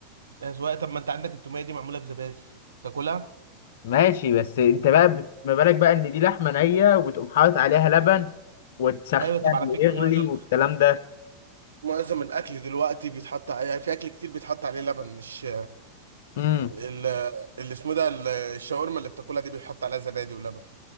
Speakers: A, on the right; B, on the left.
A: أذواق طب ما أنت عندك التومية دي معمولة بزبادي تاكلها؟
B: ماشي بس انت بقى بت- ما بالك بقى ان دي لحمه نيه وبتقوم حاطط عليها لبن وتسخن
A: أيوة طب على
B: ويغلي
A: فكرة معظم
B: والكلام
A: معظم الأكل دلوقتي بيتحط ع- يعني في أكل كتير بيتحط عليه لبن مش
B: ده
A: ال- اللي اسمه ده ال- الشاورما اللي بتاكلها دي بيحط عليها زبادي ولبن